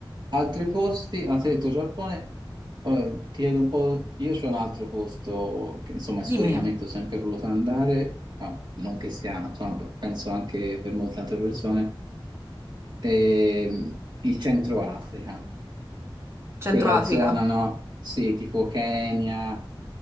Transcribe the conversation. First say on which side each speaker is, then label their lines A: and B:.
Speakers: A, on the right (about 60°); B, on the right (about 30°).
A: altri posti, ah, ti ho detto Giappone, ora ti chiedo un po', io c'ho un altro posto che insomma
B: dimmi.
A: storicamente ho sempre voluto andare, ma non che sia, insomma, penso anche per molte altre persone, ehm, il Centro Africa,
B: Centro
A: quella
B: Africa,
A: zona, no? Sì, tipo Kenya,